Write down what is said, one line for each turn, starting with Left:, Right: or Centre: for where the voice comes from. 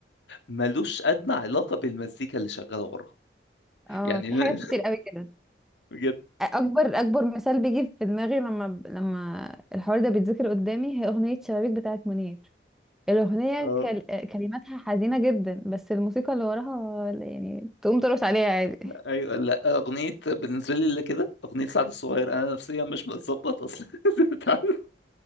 Left: ملوش ادنى علاقه بالمزيكا اللي شغاله وراها
Centre: اه
Left: يعني
Centre: في حاجات كتير قوي كده
Left: بجد
Centre: اكبر اكبر مثال بيجي في دماغي لما لما الحوار ده بيتذكر قدامي هي اغنيه شبابيك بتاعت منير الأغنية
Left: اه
Centre: كل... كلماتها حزينة جدا بس الموسيقى اللي وراها يعني تقوم ترقص عليها عادي
Left: ايوه لا اغنيه بالنسبه لي اللي كده اغنيه سعد الصغير انا نفسيا مش متظبط اصلا <laughs> أنت عارف